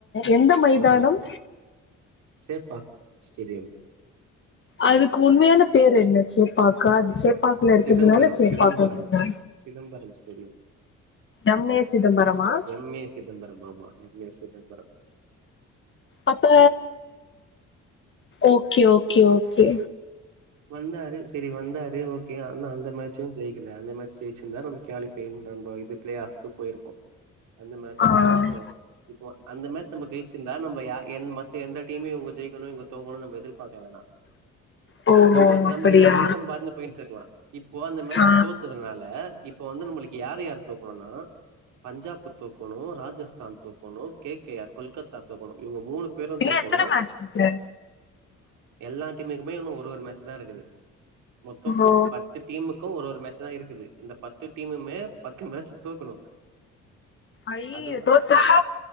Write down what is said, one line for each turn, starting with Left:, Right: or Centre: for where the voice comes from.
Left: எந்த மைதானம்
Right: ஆமா சேப்பாக் ஸ்டேடியம்
Left: அதுக்கு உண்மையான பேர் என்ன சேப்பாக்கா அது சேப் பாக்குல இருக்கதுனால
Right: சிதம்பரம்
Left: சேப்பாக்கம்
Right: சிதம்பரம்
Left: வந்துட்டா
Right: சிதம்பரம் ஸ்டேடியம்
Left: எம் ஏ சிதம்பரமா
Right: எம் ஏ சிதம்பரம் ஆமா எம் ஏ சிதம்பரம்
Left: அப்ப ஓகே ஓகே ஓகே
Right: வந்தாரு சேரி வந்தாரு ஓகே ஆனா அந்த மேட்சச்சு ஜெயிக்கல அந்த மேட்ச் ஜெயிச்சிருந்தா நமக் கோலி ஃபைவ் நம்ப பிளே ஆப்க்கு போயிருக்கோ அந்த மேட்சையு
Left: ஆஹ்
Right: தோத்துருவோ இப்போ அந்த மேட்ச் நம்ம ச்சுந்தா நம்ப யா என் மத்த எந்த டீமு இவுங்க ஜெயிக்குனு இவுங்க தோக்கணு நம்ப எதிர்பார்க்க வேணா
Left: ஓ
Right: நம்ம நம்ம
Left: அப்படியா
Right: வின் பண்ணியிருந்தா நம்ம பாட்ல போயிட்டு இருக்கலா இப்போ அந்த மேட்ச்
Left: ஆ
Right: தோத்துனா இல்ல இப்ப வந்து நம்மளுக்கு யாரு யாரு தோக்கனுனா பஞ்சாபு தோக்கணு ராஜஸ்தான் தோக்கணு கே கே ஆர் கொல்கத்தா தோக்கணு இவுங்க மூணு பேரும்
Left: இன்னு
Right: தோக்கணு
Left: எத்தன மேட்ச் இருக்கு
Right: எல்லா ஆய் டீமுக்குமே இன்னும் ஒரு ஒரு மேட்ச்சு தா இருக்குது மொத்தம்
Left: ஓ
Right: பத்து டீமுக்கு ஒரு ஒரு மேட்ச் தா இருக்குது இந்த பத்து டீமுமே பத்து மேட்ச் தோக்கணு
Left: ஐயயோ
Right: அது
Left: தோத்தா